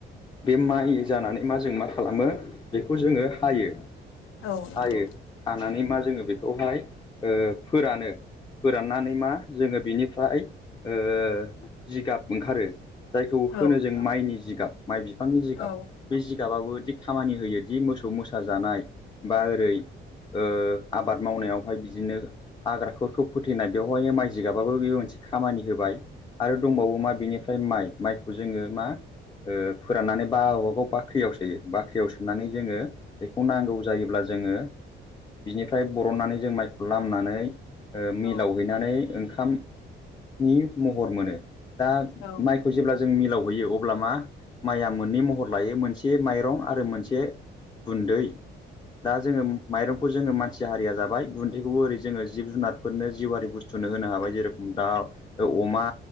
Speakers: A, on the left; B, on the left.
A: बे माइ जानानै मा जों मा खालामो बेखौ जोङो हायो
B: औ नंगौ
A: हायो। हानानै मा जोङो बेखौहाय ओ फोरानो। फोराननानै मा जोङो बिनिफ्राय ओ जिगाब ओंखारो जायखौ
B: औ
A: होनो जों माइनि जिगाब माइ बिफांनि जिगाब।
B: औ
A: बे जिगाबाबोदि खामानि होयोदि मोसौ मोसा जानाय बा ओरै ओ आबाद मावनायावहाय बिदिनो हाग्राखोरखौ फोथैनाय बेवहायनो माइ जिगाबाबो बेबो मोनसे खामानि होबाय। आरो दंबावो
B: औ
A: मा बिनिफ्राय माइ माइखौ जोङो मा ओ फोराननानै बा गाबा गाव बाख्रियाव सोयो। बाख्रियाव सोनानै जोङो एखौ नांगौ जायोब्ला जोङो बिनिफ्राय बरननानै जों माइखौ लामनानै ओ मिलाव
B: औ
A: हैनानै ओंखाम नि महर मोनो। दा
B: औ।
A: माइखौ जेब्ला जों मिलाव हैैयो अब्ला मा? माइया मोननै महर लायो मोनसे माइरं आरो मोनसे गुन्दै। दा जोङो माइरंखौ जोङो मानसि हारिया जाबाय गुन्दैखौबो ओरै जोङो जिब जुनारफोरनो जिउआरि बुस्थुनो होनो हाबाय जेरेखम दाउ, अमा